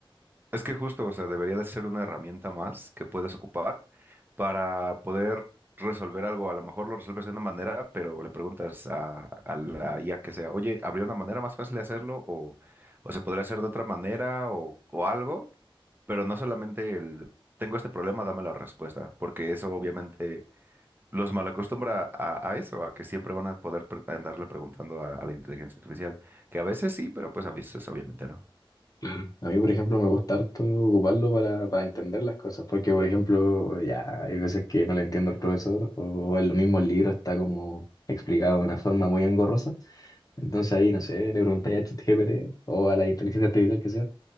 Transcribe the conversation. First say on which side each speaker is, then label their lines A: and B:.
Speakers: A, on the right (about 20°); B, on the left (about 40°).
A: Es que justo, o sea, debería de ser una herramienta más que puedes ocupar para poder resolver algo. A lo mejor lo resuelves de una manera, pero le preguntas a, a la IA que sea, oye, ¿habría una manera más fácil de hacerlo? O, o se podría hacer de otra manera o, o algo, pero no solamente el, tengo este problema, dame la respuesta, porque eso obviamente los malacostumbra a, a eso, a que siempre van a poder pre- andarle preguntando a, a la inteligencia artificial, que a veces sí, pero pues a veces obviamente no.
B: Claro. A mí, por ejemplo, me gusta harto ocuparlo para, para entender las cosas, porque, por ejemplo, ya hay veces que no le entiendo al profesor, o en lo mismo el libro está como explicado de una forma muy engorrosa. Entonces ahí, no sé, le preguntáis a ChatGPT o a la inteligencia artificial que sea